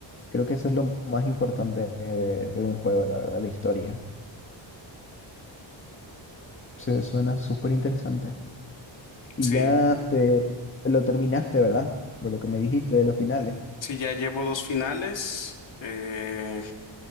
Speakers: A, on the left; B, on the left.
A: Creo que eso es lo más importante de, de- de un juego, la verdad, la historia. Se, suena súper interesante. Y
B: Sí,
A: ya te, te lo terminaste, ¿verdad? Por lo que me dijiste de los finales.
B: sí, ya llevo dos finales. Eh,